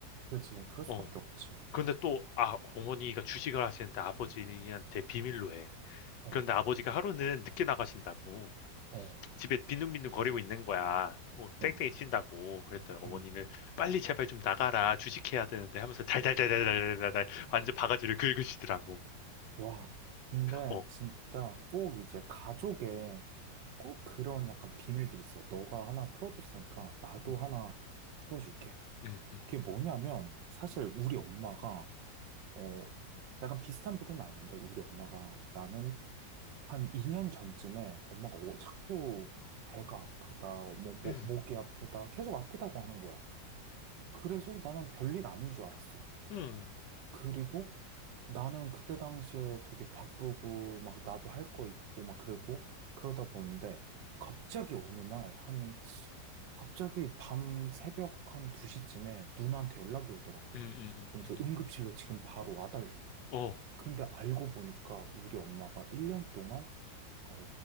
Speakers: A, on the right; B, on the left.
A: 그렇지. 그럴 수밖에
B: 어.
A: 없지.
B: 그런데 또, 아, 어머니가 주식을 하시는데 아버지한테 비밀로 해.
A: 어,
B: 그런데 아버지가 하루는 늦게 나가신다고.
A: 어,
B: 집에 빈둥빈둥 거리고 있는 거야. 뭐
A: 어,
B: 땡땡이 친다고. 그랬더니 어머니는
A: 음.
B: 빨리 제발 좀 나가라. 주식해야 되는데 하면서 달달달달달달달 완전 바가지를 긁으시더라고.
A: 와. 근데
B: 어.
A: 진짜 꼭 이제 가족에
B: 음,
A: 꼭 그런 약간 비밀들이 있어. 너가 하나 풀어줬으니까 나도
B: 음,
A: 하나 풀어줄게.
B: 음, 음,
A: 그게 뭐냐면 사실 우리 엄마가 어, 약간 비슷한 부류는 아닌데 우리 엄마가 나는 한 2년 전쯤에 엄마가 어, 자꾸 배가 아프다, 뭐, 목
B: 음,
A: 목이 아프다, 계속 아프다고 하는 거야. 그래서 나는 별일 아닌 줄 알았어.
B: 음, 음,
A: 그리고 나는 그때 당시에 되게 바쁘고 막 나도 할 거 있고 막 그러고 그러다 보는데 갑자기 어느 날 한 갑자기 밤 새벽 한 2시쯤에 누나한테 연락이 오더라고.
B: 음, 음,
A: 그러면서
B: 음, 음.
A: 응급실로 지금 바로 와달래.
B: 어.
A: 근데 알고 보니까 우리 엄마가 1년 동안 어,